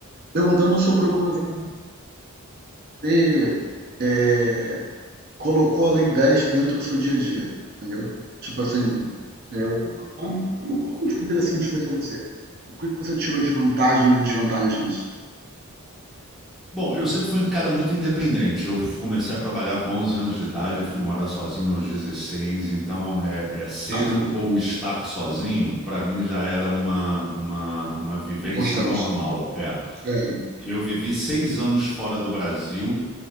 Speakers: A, on the right (about 45°); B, in the centre.
A: perguntando sobre como exatamente você, eh, colocou a Lei 10 dentro do seu dia a dia, entendeu? Tipo assim, eh, o co a- o como foi interessante foi para você? O que que você tirou de vantagens e desvantagens nisso?
B: Bom, eu sempre fui um cara muito independente. Eu comecei a trabalhar com 11 anos de idade, fui morar sozinho aos 16. Então, é, é ser
A: Caramba,
B: ou estar sozinho, para mim já era uma, uma, uma vivência
A: constante.
B: normal. É,
A: É,
B: eu vivi seis anos fora do Brasil